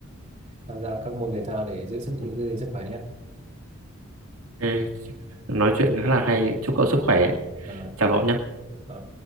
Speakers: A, on the right; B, on the right.
A: tham gia các môn thể thao để giữ sức
B: Ừ,
A: giữ gìn sức khỏe nhé.
B: Ok, nói chuyện khá là hay. Chúc cậu sức khỏe.
A: Rồi,
B: Chào cậu nhé.
A: rồi.